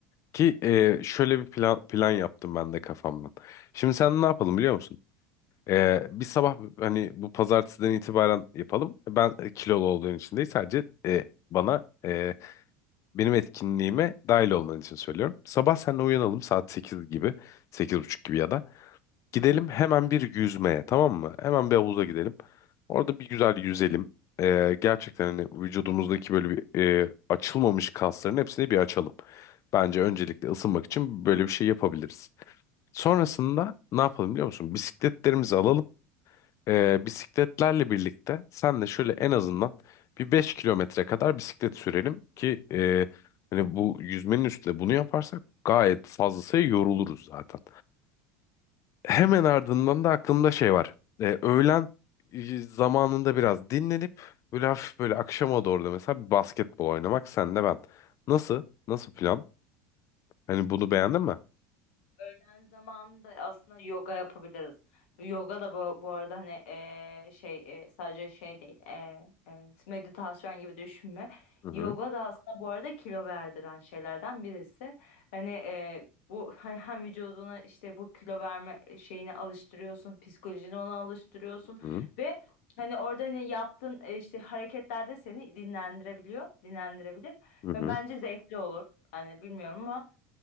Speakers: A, on the left; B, on the left.
A: Ki e, şöyle bir plan, plan yaptım ben de kafamdan. Şimdi sen ne yapalım biliyor musun? E, bir sabah hani bu pazartesiden itibaren yapalım. Ben e, kilolu olduğun için değil sadece e, bana e, benim etkinliğime dahil olman için söylüyorum. Sabah seninle uyanalım saat 8 gibi. sekiz buçuk gibi ya da. Gidelim hemen bir yüzmeye tamam mı? Hemen bir havuza gidelim. Orada bir güzel yüzelim. Ee, gerçekten hani vücudumuzdaki böyle bir e, açılmamış kasların hepsini bir açalım. Bence öncelikle ısınmak için böyle bir şey yapabiliriz. Sonrasında ne yapalım biliyor musun? Bisikletlerimizi alalım. Ee, bisikletlerle birlikte sen de şöyle en azından bir 5 kilometre kadar bisiklet sürelim ki e, hani bu yüzmenin üstüne bunu yaparsak gayet fazlasıyla yoruluruz zaten. Hemen ardından da aklımda şey var. Ee, öğlen e, zamanında biraz dinlenip böyle hafif böyle akşama doğru da mesela bir basketbol oynamak senle ben. Nasıl? Nasıl plan? Hani bunu beğendin mi?
B: Öğlen zamanında aslında yoga yapabiliriz. Bu Yoga da bu, bu arada hani eee, şey eee, sadece şey değil eee, eee, meditasyon gibi düşünme.
A: Hı hı.
B: Yoga da aslında bu arada kilo verdiren şeylerden birisi. Hani eee, bu hani hem vücuduna işte bu kilo verme şeyini alıştırıyorsun, psikolojini ona alıştırıyorsun
A: Hı hı.
B: ve hani orada hani yaptığın e, işte hareketler de seni dinlendirebiliyor, dinlendirebilir.
A: Hı
B: Ve bence zevkli olur. Hani bilmiyorum ama.